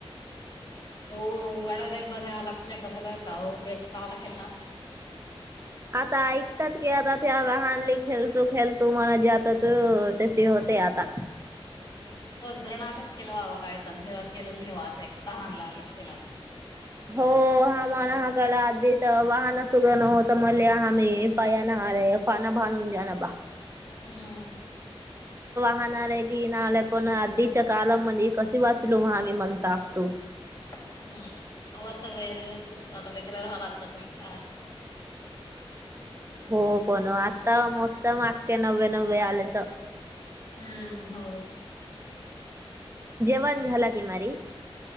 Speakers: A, on the left; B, on the right.
A: <unintelligible>
B: आता ऐकतात की आता त्या लहानली खेळतो खेळतो मला जात त तेची होते आता.
A: हो घरण आातच खेळवावं काय तर खेळ खेलू. <unintelligible> एला.
B: <unintelligible> वाहनासगं नव्हत <unintelligible>
A: हूं!
B: <unintelligible>
A: <unintelligible>
B: <unintelligible>
A: हूं हो!
B: जेवाण झाला की मारी.